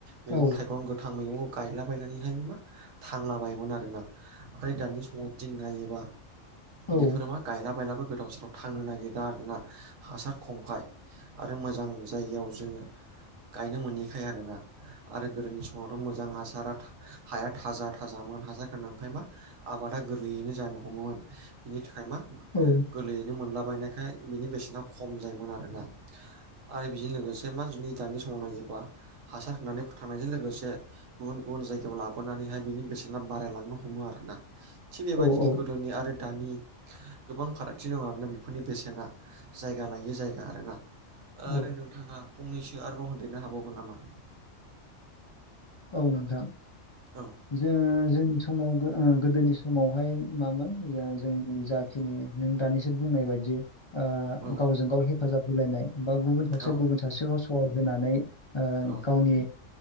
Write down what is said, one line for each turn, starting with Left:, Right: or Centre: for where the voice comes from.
Right: मैगं
Left: औ
Right: थाय गं गोथां मैगं गायलाबायनानैहाय मा थांलाबायोमोन आरोना ओमफ्राय दानि समावदिन नायोबा
Left: औ
Right: बेफोरो मा गायला बायलाबो गोदाव सोराव थांनो नागिरा आरोना। हासार खमखाय आरो मोजां जायगायाव जोंङो गायनो मोनिखाय आरोना। आरो गोदोनि समावथ' मोजां हासारा हाया थाजा थाजामोन हासार गोनांखाय मा आबादा गोरलैयैनो जानो हमोमोन बिनि थाखाय मा
Left: औ
Right: गोरलैयैनो मोनलाबायनायखाय बिनि बेसेना खम जायोमोन आरोना। आरो बेजों लोगोसे मा जुदि दानि समाव नायोबा हासार होनानै थांनायजों लोगोसे गुबुन गुबुन जायगायाव लाबोनानैहाय बिनि बेसेना बारायलांनो हमो आरोना। थिग बेबायदिनो
Left: औ
Right: गोदोनि आरो दानि गोबां फारागथि दं आरोना बेफोरनि बेसेना जायगा लायो जायगा आरोना। ओ आरो
Left: औ
Right: नोंथाङा फंनैसो आरोबाव होनदेरनो हाबावगोन नामा।
Left: औ नोंथां
Right: औ
Left: जो जोंनि समाव गोदोनि समावहाय मामोन जोंनि जा खिनि नों दानिसो बुंनाय बायदियै ओ
Right: औ
Left: गावजों गाव हेफाजाब होलायनाय बा गुबुन सासे
Right: औ
Left: गुबुन सासेखौ सहाय होनानै ओ
Right: औ
Left: गावनि